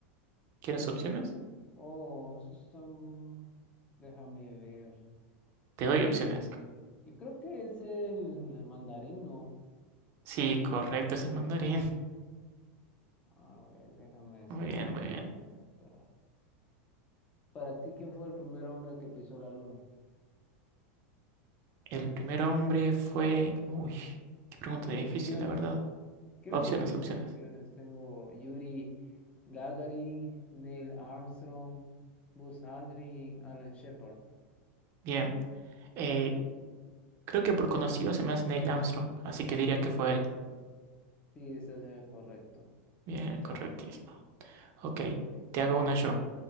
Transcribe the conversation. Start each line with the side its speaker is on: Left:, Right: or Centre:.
Right: ¿Quieres opciones?
Left: Oh, eso está... mu- Déjame ver.
Right: Te doy opciones.
Left: Yo creo que es el mandarín, ¿no?
Right: Sí, correcto, es el mandarín.
Left: A ver, déjame
Right: <laughs>
Left: decirte
Right: Muy bien, muy
Left: otra.
Right: bien.
Left: Para ti, ¿quién fue el primer hombre que pisó la luna?
Right: El primer hombre fue... Uy, qué pregunta
Left: Yo tengo
Right: difícil,
Left: opciones.
Right: la verdad.
Left: Si quieres
Right: Opciones,
Left: te digo
Right: opciones.
Left: las opciones. Tengo Yuri Gagarin, Neil Armstrong, Buzz Aldrin, Alan Shepard.
Right: Bien. eh, creo que por conocido se me hace Neil Armstrong, así que diría que fue él.
Left: Sí, estás en lo correcto.
Right: Bien, correctísimo. Ok, te hago una yo.